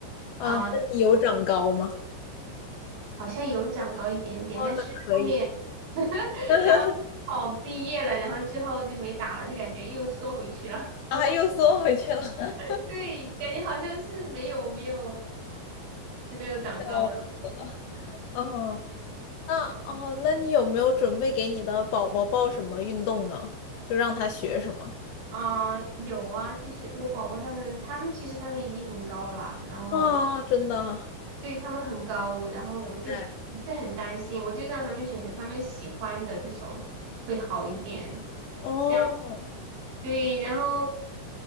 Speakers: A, on the left; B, on the right.
A: 啊，
B: 啊、
A: 那你有长高吗？
B: 好像有长高一点点，
A: 哦，
B: 但是后面
A: 那可以，
B: <laughs>
A: <laughs>
B: 然后哦毕业了，然后之后就没打了，就感觉又缩回去了。
A: 啊，又缩回去了，
B: <laughs> 对，感觉好像是没有没有是没有长高了
A: 笑死了。哦，那哦，那你有没有准备给你的宝宝报什么运动呢？就让他学什么？
B: 啊、有啊，就是我宝宝他们他们其实他们已经很高了，然后
A: 哦，真的，
B: 对他们很高，然后我就不是很担心，
A: 对，
B: 我就让他们选择他们喜欢的这种会好一点。
A: 哦。
B: 像对，然后。